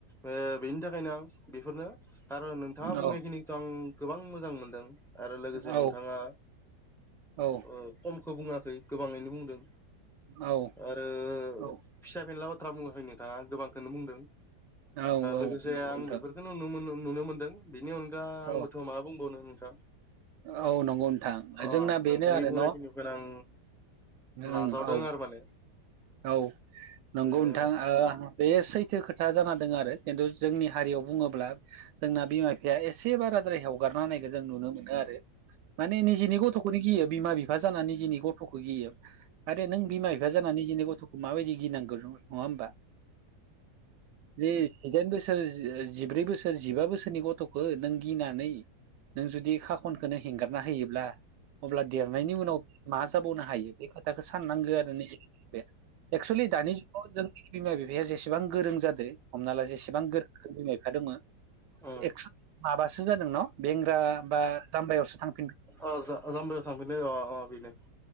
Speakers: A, in the centre; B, on the right.
A: ओ बेनि थाखायनो आं बेफोरनो आरो नोंथाङा बुंनायखिनिखौथ'
B: औ
A: आं गोबां मोजां मोनदों आरो लोगोसे
B: औ
A: नोंथाङा
B: औ
A: ओ खमखौ बुङाखै गोबाङैनो बुंदों।
B: औ
A: आरो
B: औ
A: फिसा फेनला बाथ्रा बुङाखै नोंथाङा गोबां खौनो बुंदों
B: औ
A: लोगोसे
B: नंगौ
A: आं
B: नोंथां
A: बेफोर खौ नुनो मोनदों बेनि अनगा आंबोथ'
B: औ
A: मा बुंबावनो नोंथां
B: औ नंगौ नोंथां
A: अ
B: जोंना
A: नोंथांनि
B: बेनो आरो
A: बुंनायखिनिखौनो
B: न'
A: आं नाजावदों
B: ओं औ
A: आरो माने
B: औ नंगौ
A: बेनो
B: नोंथां बे सैथो खोथा जाना द आरो खिन्थु जोंनि हारियाव बुङोब्ला जोंना बिमा बिफाया एसे बाराद्राय हवगारना होनायखौ जों नुनो मोनो आरो। माने निजेनि गथ'खौनो गियो बिमा बिफा जानानानै निजिनि गथ'खौ गियो। आरोे नों बिमा बिफा जानानै दिनै गथ'खौ माबायदि गिनांगौ नङा होमबा। जि दाइन बोसोर जिब्रै बोसोर जिबा बोसोरनि गथ'खौ नों गिनानै नों जुदि खाखनखौनो हेंगारना होयोब्ला अब्ला देरनायनि उनाव मा जाबावनो हायो बे खोथाखौ साननांगो आरो निजि एक्सुेलि दानि जुगाव जोंनि बिमा बिफाया जेसेबां गोरों जादों हमना ला जेसेबां गो रों बिमा बिफा दङ
A: अम
B: एक्स' माबासो जादों न' बेंग्रा बा जामबायावसो थांफिनगोन
A: अ अ जाम्बायाव थांफिनो अ अ बेनो